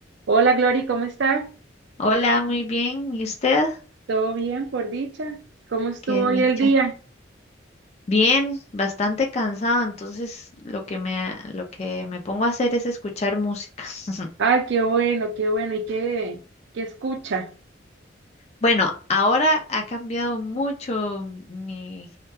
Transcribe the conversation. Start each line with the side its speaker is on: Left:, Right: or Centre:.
Right: Hola Glory, ¿cómo está?
Left: Hola, muy bien. ¿Y usted?
Right: ¿Todo bien por dicha? ¿Cómo estuvo
Left: Qué
Right: hoy
Left: dicha.
Right: el día?
Left: Bien, bastante cansado, entonces lo que me, lo que me pongo a hacer es escuchar música. <laughs>
Right: Ah, qué bueno, qué bueno. ¿Y qué, qué escucha?
Left: Bueno, ahora ha cambiado mucho mi,